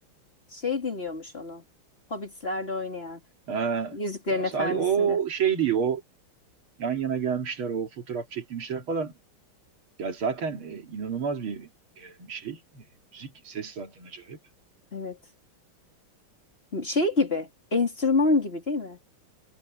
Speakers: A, on the left; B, on the right.
A: Şey dinliyormuş onu. Hobbit'lerde oynayan.
B: Ha,
A: Yüzüklerin
B: ya
A: Efendisi'nde.
B: sadece o şey değil, o yan yana gelmişler, o fotoğraf çekilmişler falan. Ya zaten e, inanılmaz bir e, bir şey, E, müzik, ses zaten acayip.
A: Evet. Şey gibi. Enstrüman gibi değil mi?